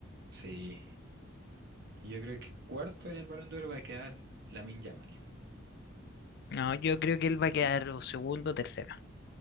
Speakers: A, on the right; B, on the left.
A: sí. Y Yo creo que cuarto en el Balón de Oro va a quedar Lamine Yamal.
B: No, yo creo que él va a quedar o segundo o tercero.